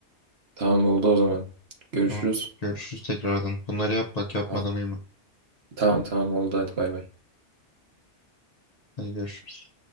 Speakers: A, on the right; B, on the left.
A: Tamam oldu o zaman. Görüşürüz.
B: Tamam. Görüşürüz tekrardan. Bunları yap bak yapmadan
A: Tamam.
B: uyuma.
A: Tamam tamam oldu hadi bay bay.
B: Hadi görüşürüz.